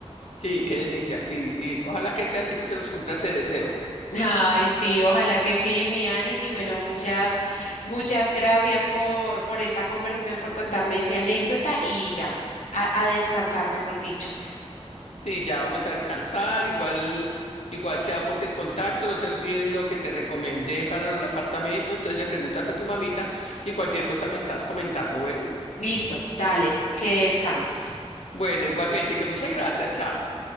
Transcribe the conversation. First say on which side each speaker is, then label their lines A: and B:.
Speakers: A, on the left; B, on the left.
A: Sí, qué delicia. Sí, y ojalá que sea así que se nos cumpla ese deseo.
B: Ay, sí, ojalá que sí, mi Anis. Y bueno, muchas, muchas gracias por, por esta conversación, por contarme esa anécdota y ya, pues, a, a descansar, mejor dicho.
A: Sí, ya vamos a descansar. Igual, igual quedamos en contacto. No te olvides lo que te recomendé para el apartamento. Entonces le preguntas a tu mamita y cualquier cosa me estás comentando. Bueno,
B: Listo, dale, que descanses.
A: bueno, igualmente, que muchas gracias. Chao.